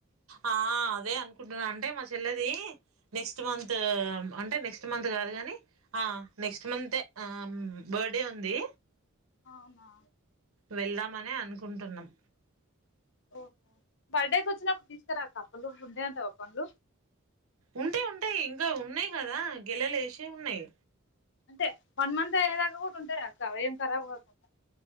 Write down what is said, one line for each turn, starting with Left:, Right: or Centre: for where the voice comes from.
Right: ఆ అదే అనుకుంటున్నా అంటే మా చెల్లది నెక్స్ట్ మంత్ అంటే నెక్స్ట్ మంత్ కాదు కాని ఆ నెక్స్ట్ మంత్ ఎ బర్త్డే ఉంది
Left: అవునా
Right: వెళ్దామనే అనుకుంటున్నాం
Left: ఓ బర్త్డేకి వచ్చినప్పుడు తీసుకురాా కప్పులు ఉండే అంత ఓపన్లు
Right: ఉంటయి ఉంటయి ఇంకా ఉన్నాయి్ కదా గెలెలేసి ఉన్నాయి
Left: అంటే వన్ మంత్ అయ్యేదాకా కూడా ఉంటాయా అక్క ఏం ఖరాబ్ కాకుండా